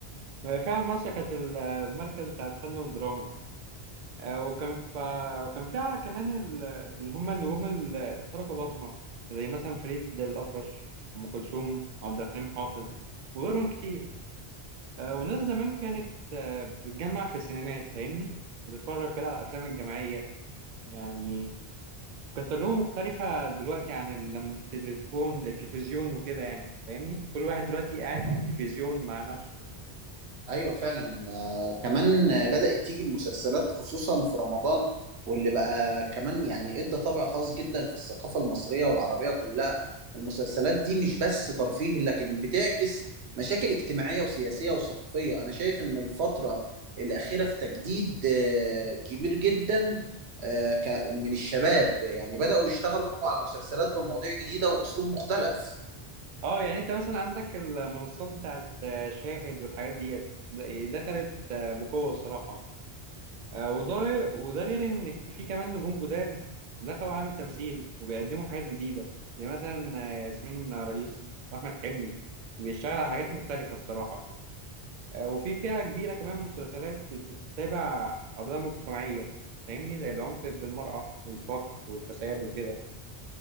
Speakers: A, on the right (about 55°); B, on the right (about 80°).
A: آه، فعلا مصر كانت المركز بتاع الفن والدراما آه، وكان ف... وكان فيها كمان ال- اللي هم النجوم اللي تركوا بصمة زي مثلا فريد الأطرش أم كلثوم عبد الحليم حافظ وغيرهم كتير آه، والناس زمان كانت آه، بتتجمع في السينمات فاهمني وتتفرج كده على الأفلام الجماعية يعني كانت تجربة مختلفة دلوقتي عن لما التليفون التلفزيون وكده يعني فاهمني كل واحد دلوقتي قاعد في التلفزيون مع نفسه
B: ايوه فعلا آه كمان آه، بدأت تيجي المسلسلات خصوصا في رمضان واللي بقى كمان يعني ادى طابع خاص جدا في الثقافة المصرية والعربية كلها المسلسلات دي مش بس ترفيه لكن بتعكس مشاكل اجتماعية وسياسية وثقافية انا شايف ان الفترة الأخيرة في تجديد آه كبير جدا آه ك- من الشباب يعني بدأوا يشتغلوا على مسلسلات بمواضيع جديدة وأسلوب مختلف
A: اه يعني انت مثلا عندك المنصات بتاعت آه، شاهد والحاجات ديت د- دخلت آه، بقوة الصراحة آه، وده وده غير ان في كمان نجوم جداد دخلوا عالم التمثيل وبيقدموا حاجات جديده زي مثلا آه، ياسمين رئيس واحمد حلمي بيشتغل على حاجات مختلفه الصراحه آه، وفي فئه كبيره كمان مسلسلات بتتابع قضايا مجتمعيه فاهمني زي العنف ضد المراه والفقر والفساد وكده